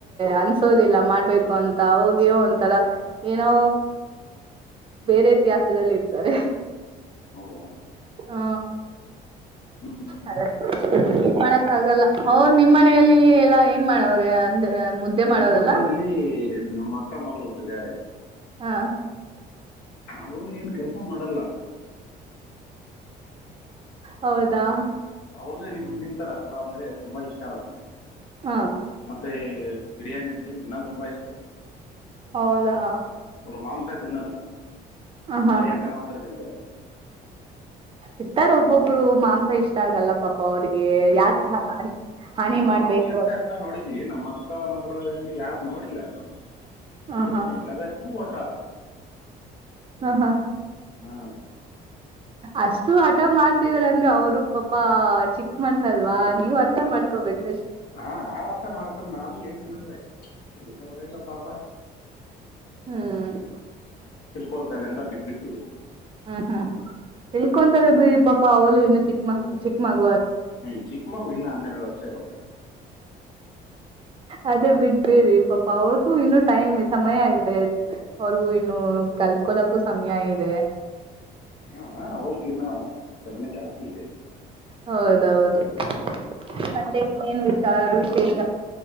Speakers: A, on the right; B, on the left.
A: ಅನ್ಸೋದಿಲ್ಲ ಮಾಡ್ಬೇಕು ಅಂತ ಅವ್ರಗ ಒಂಥರ ಏನೋ ಬೇರೆ ದ್ಯಾಸದಲ್ಲಿ ಇರ್ತಾರೆ
B: ಹೌದಾ
A: ಹ್ಮ
B: ಹ್ಮ್.
A: ಅದ ಮಾಡಕ್ಕ ಆಗಲ್ಲ ಅವರು ನಿಮ್ ಮನಲಿ ಎಲ್ಲ ಏನ್ ಮಾಡವ್ರೆ ಅಂದ ಮುದ್ದೆ ಮಾಡೋರಲ್ಲ
B: ನಮ್ಮ ಮನೆಯಲ್ಲಿ ನಮ್ಮ ಅಕ್ಕ ಮಗಳು ಒಬ್ರ ಇದಾರೆ
A: ಹಾ
B: ಅವರುನು ಏನ್ ಕೆಲ್ಸ ಮಾಡಲ್ಲ
A: ಹೌದಾ
B: ಅವ ನಿಮ್ ನಿಮತರ ಪಲಾವ್ ಅಂದ್ರೆ ತುಂಬಾ ಇಷ್ಟ ಅವ್ರಿಗೆ
A: ಹ
B: ಮತ್ತೆ ಬಿರಿಯಾನಿ ಅಂದರಿ ಇನ್ ತುಂಬಾ ಇಷ್ಟ
A: ಹೌದಾ
B: ಅವರ ಮಾಂಸ ತಿನ್ನಲ್ಲ
A: ಹ ಹಾ
B: ಬರಿ ಅನ್ನ ಮಾತ್ರ ತಿಂತಾರೆ
A: ಇರ್ತರ ಒಬ್ಬೊಬ್ರು ಮಾಂಸ ಇಷ್ಟ ಆಗಲ್ಲ ಪಾಪ ಪ್ಪ ಅವ್ರಿಗೆ ಯಾಕೆ ಹ ಹಾನಿ
B: ನಾ
A: ಮಾಡ್ಬೇಕು
B: ನಾವು ಎಂತ
A: ಅಂತ
B: ಎಂತ ನೋಡಿದೀವಿ ನಮ್ಮ ಅಕ್ಕ ಮಗಳ ಯಾರು ನೋಡಿಲ್ಲ ನಾವು
A: ಹ
B: ಏ
A: ಹಾ
B: ಎಲ್ಲದಕ್ಕೂ ಒಂದ ತ್ತ
A: ಹಾ ಹಾ
B: ಹಾ
A: ಅಷ್ಟು ಹಠ ಮಾಡ್ತಿದಾರ ಅಂದ್ರೆ ಅವರು ಪಾಪಾ ಚಿಕ್ಕ ಮನಸ್ಸೆಲ್ಲಾ ನೀವ್ ಅರ್ಥ ಮಾಡ್ಕೊಬೇಕು
B: ಹಾ ನಾವ್ ಅರ್ಥ ಮಾಡ್ಕೊಂಡ್ ನಾವ್ ಲ್ಲ ಇಲ್ಲಿ ಪರವಾಗಿಲ್ಲ ಪಾಪಾ
A: ಹ್ಮ್
B: ತಿಳ್ಕೊಳ್ತಾಳೆ ಅಂತ ಬಿಟಿಬಿಡ್ತೀವಿ
A: ಹ್ಮ್ ಹ್ಮ್ ತಿಳ್ಕೊಂತದ ಬಿಡಿ ಪಾಪಾ ಅವಳ ಇನ್ನು ಚಿಕ್ಕ ಮ ಚಿಕ್ಕ ಮಗ
B: ಹ್ಮ್ ಚಿಕ್ಕ ಮಗು ಇನ್ನ ಹನ್ನೆರಡುವರೆ ಸಯ ಬಾ
A: ಅದೇ ಬಿಡಬೇಡಿ ಪಾಪಾ ಅವ್ರಗೂ ಇನ್ನು ಟೈಮ್ ಸಮಯ ಇದೆ ಅವ್ರಿಗೂ ಇನ್ನು ಕಲ್ತ್ಕೊಳಕ್ಕೂ ಸಮಯ ಇದೆ
B: ಅ ಅವ್ರಗ ಇನ್ನ ಸಣಯೆ ಜಾಸ್ತಿ ಇದೆ
A: ಹೌದೌದು
B: ಹ್ಮ್
A: ಆ ಮತ್ತೆ ಇನ್ನೇನ್ ವಿಚಾರ ವಿಶೇಷ